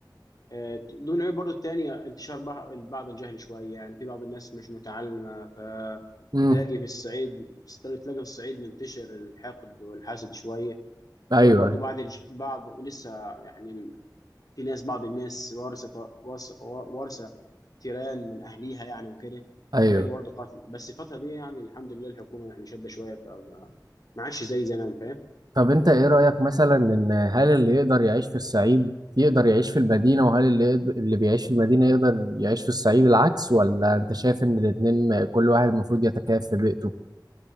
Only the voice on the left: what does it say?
آه، ضمن العيوب برضو التانية انتشار بع- بعض الجهل شوية يعني في بعض الناس مش متعلمة فتلاقي
في الصعيد تلاقي في الصعيد منتشر الحقد والحسد شوية
غير برضو
بعض الج... بعض لسه يعني في ناس بعض الناس وارثة وارثة وارثة تيران من أهليها يعني وكده
تلاقي برضو قاتل بس الفترة دي يعني الحمد لله الحكومة يعني شادة شوية فما ما عادش زي زمان فاهم